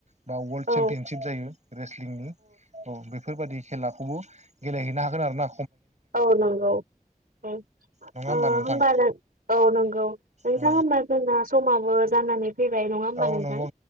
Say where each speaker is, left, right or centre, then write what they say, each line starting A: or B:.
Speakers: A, on the right; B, on the right.
A: बा वर्ल्ड
B: औ
A: चेम्पियनशिप जायो रेस्लिंनि औ बे बेफोरबायदि सेलाखौबो गेलेहैनो हागोन आर ना
B: औ नंगौ औ
A: नङा
B: ओ
A: नोंथां
B: होमबा औ नंगौ नोंथां
A: औ
B: होमबा जोंना समाबो जानानै फैबाय नङा होनबा
A: औ
B: नोंथां
A: नंगौ